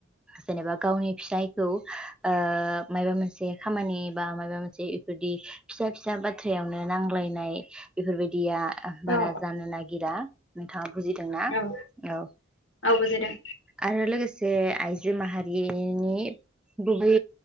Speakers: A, in the centre; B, on the left.
A: जेनेबा गावनि फिसायखौ ओ माबा मोनसे मोनसे खामानि बा माबा मोनसे बेफोरदि फिसा फिसा बाथ्रायावनो नांज्लायनाय बेफोरबायदिया बारा
B: औ
A: जानो नागिरा नोंथाङा बुजिदोंना
B: औ
A: औ
B: औ बुजिदों
A: आरो लोगोसे आइजो माहारिनि गुबै